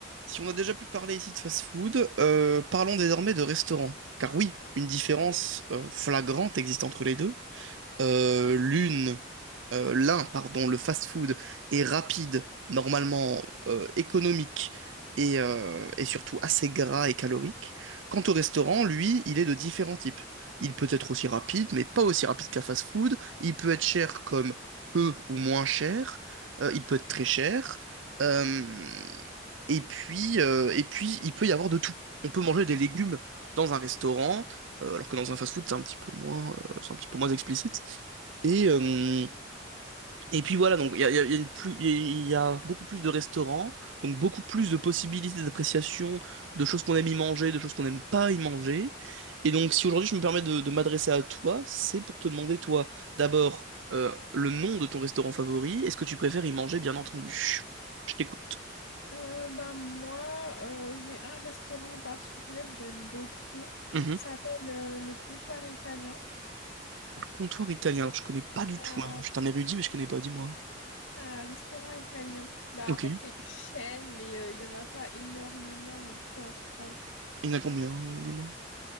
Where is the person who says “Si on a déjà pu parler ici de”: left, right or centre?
Right